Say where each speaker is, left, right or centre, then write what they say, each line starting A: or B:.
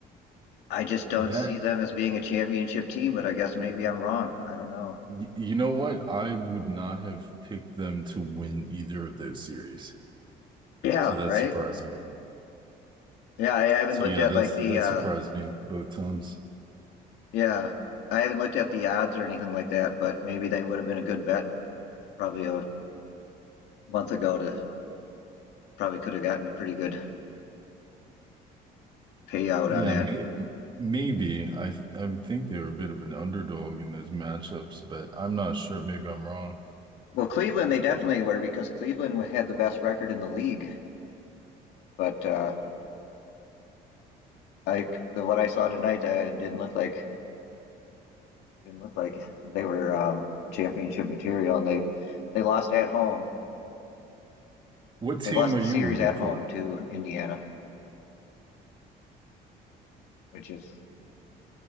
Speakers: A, on the left; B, on the right.
A: I just don't
B: That,
A: see them as being a championship team, but I guess maybe I'm wrong. I don't know.
B: y- you know what? I would not have picked them to win either of those series.
A: Yeah,
B: So that's
A: right?
B: surprising.
A: Yeah, I haven't
B: So
A: looked
B: yeah,
A: at
B: that's
A: like the
B: that
A: uh
B: surprised me both times.
A: Yeah, I haven't looked up the odds or anything like that, but maybe they would have been a good bet probably a month ago to probably could have gotten a pretty good payout
B: Yeah,
A: on that.
B: may, maybe I I would think they were a bit of an underdog in those matchups, but I'm not sure. Maybe I'm wrong.
A: Well, Cleveland they definitely were because Cleveland had the best record in the league, but uh, I the what I saw tonight uh, didn't look like didn't look like they were um, championship material, and they they lost at home.
B: What team
A: They lost
B: are
A: the
B: you
A: series
B: rooting
A: at
B: for?
A: home to Indiana, which is